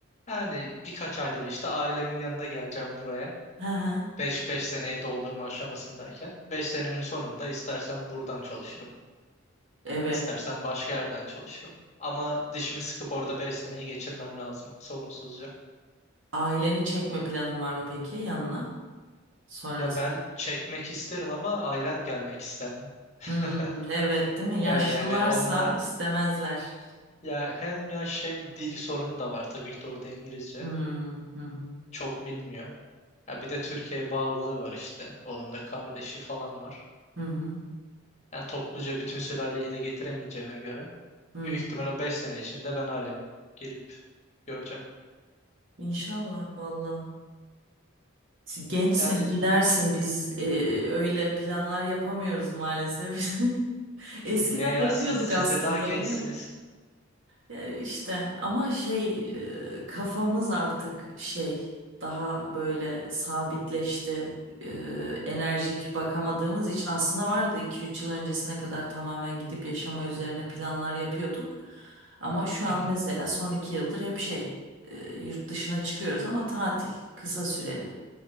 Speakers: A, on the left; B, on the right.
A: Yani birkaç ayda bir işte ailemin yanına geleceğim buraya.
B: Hı hı.
A: 5-5 seneyi doldurma aşamasındayken 5 senenin sonunda istersen buradan çalışırım,
B: Evet.
A: istersen başka yerden çalışırım. Ama dişimi sıkıp orada 5 seneyi geçirmem lazım sorunsuzca.
B: Aileni çekme planın var mı peki yanına? Sonrasında.
A: Ya ben çekmek isterim ama ailem gelmek ister mi? <laughs>
B: Hmm, evet değil mi? Yaşlılarsa
A: Evet yani onlar
B: istemezler.
A: ya hem yaş hem dil sorunu da var tabii ki de orada İngilizce
B: Hmm, hı hı,
A: çok bilmiyor. Ya bir de Türkiye'ye bağlılığı var işte. Onun da kardeşi falan var.
B: hı hı,
A: Yani topluca bütün sülaleyi de getiremeyeceğime göre
B: hı
A: Büyük
B: hı.
A: ihtimal o 5 sene içinde ben ailemi gelip göreceğim.
B: İnşallah valla. Gençsin
A: Yani
B: gidersin biz e, öyle planlar yapamıyoruz maalesef. <laughs> Eskiden
A: niye ya
B: yapıyorduk
A: siz siz
B: aslında
A: de daha gençsiniz.
B: biliyor musun? Ya işte ama şey e, kafamız artık şey daha böyle sabitleşti. E, enerjik bakamadığımız için aslında vardı iki üç yıl öncesine kadar tamamen gidip yaşama üzerine planlar yapıyorduk. Ama şu
A: Hı
B: an
A: hı,
B: mesela son 2 yıldır hep şey e, yurt dışına çıkıyoruz ama tatil kısa süreli.